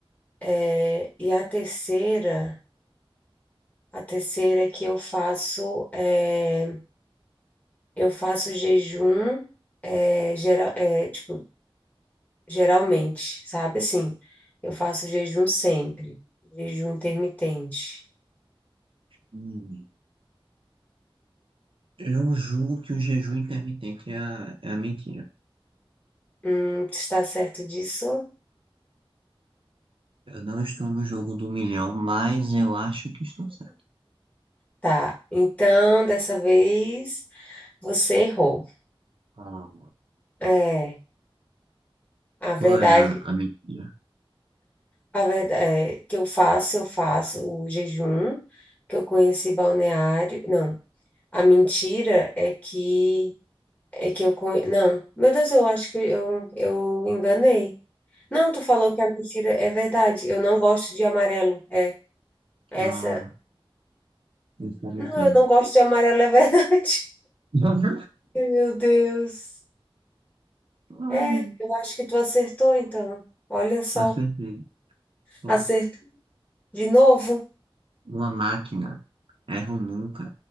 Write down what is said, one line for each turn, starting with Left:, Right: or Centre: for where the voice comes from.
Left: É, e a terceira, a terceira é que eu faço, é, eu faço jejum, é, geral, é, tipo, geralmente, sabe assim, eu faço jejum sempre, jejum intermitente.
Right: Hum, eu julgo que o jejum intermitente é a, é a mentira.
Left: Hum, está certo disso?
Right: Eu não estou no jogo do milhão, mas eu acho que estou certo.
Left: Tá. Então, dessa vez, você errou.
Right: Ah,
Left: É, a verdade,
Right: qual era a mentira?
Left: a verdade é que eu faço, eu faço o jejum, que eu conheci balneário. Não, a mentira é que é que eu conhe... Não, meu Deus, eu acho que eu, eu enganei. Não, tu falou que a mentira é verdade. Eu não gosto de amarelo. É, essa.
Right: Ah, isso é mentira.
Left: Não, eu não gosto de amarelo, é verdade.
Right: <laughs>
Left: <laughs> Ai, Meu Deus. É,
Right: Ai,
Left: eu acho que tu acertou, então. Olha só,
Right: acertei. Pronto.
Left: acertou de novo.
Right: Uma máquina. Erro nunca.